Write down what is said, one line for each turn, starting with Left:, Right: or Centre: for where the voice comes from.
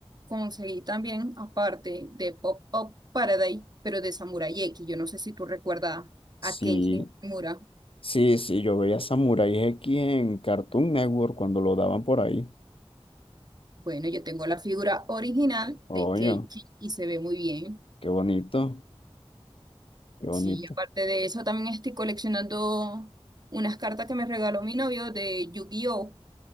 Right: conseguí también, aparte de Pop Up Paradise, pero de Samurai X. Yo no sé si tú recuerdas
Left: sí,
Right: a Kenshin Mura.
Left: sí, sí, yo veía Samurai X en Cartoon Network cuando lo daban por ahí.
Right: Bueno, yo tengo la figura original
Left: Oye,
Right: de Kenshin y se ve muy bien.
Left: qué bonito, qué bonito.
Right: Sí, aparte de eso, también estoy coleccionando unas cartas que me regaló mi novio de Yu-Gi-Oh!